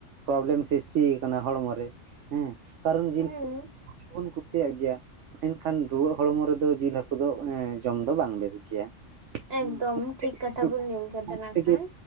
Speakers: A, on the right; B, on the right.
A: ᱯᱨᱚᱵᱞᱮᱢ ᱥᱨᱤᱥᱴᱤ ᱟᱠᱟᱱᱟ ᱦᱚᱲᱢᱚ ᱨᱮ ᱾ ᱦᱮᱸ ᱠᱟᱨᱚᱱ ᱡᱤᱞ
B: ᱦᱩᱸ
A: <unintelligible> ᱵᱚᱱ ᱠᱩᱥᱤᱭᱟᱜ ᱜᱮᱭᱟ ᱢᱮᱱᱠᱷᱟᱱ ᱨᱩᱣᱟᱹᱜ ᱦᱚᱲᱢᱚ ᱨᱮᱫᱚ ᱡᱤᱞ ᱦᱟ. ᱠᱩ ᱫᱚ ᱮᱸ ᱡᱚᱢ ᱫᱚ ᱵᱟᱝ ᱵᱮᱥ ᱜᱮᱭᱟ ᱾
B: ᱮᱠᱫᱚᱢ
A: ᱦᱩᱸ <unintelligible>
B: ᱴᱷᱤᱠ ᱠᱟᱛᱷᱟ ᱵᱤᱱ ᱞᱟᱹᱭ ᱠᱟᱫᱟ ᱱᱟᱜ ᱠᱷᱟᱱ